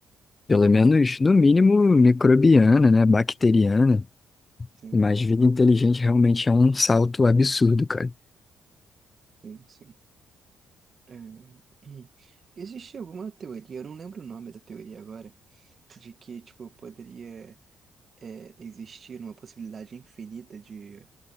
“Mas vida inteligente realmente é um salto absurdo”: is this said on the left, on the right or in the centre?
Left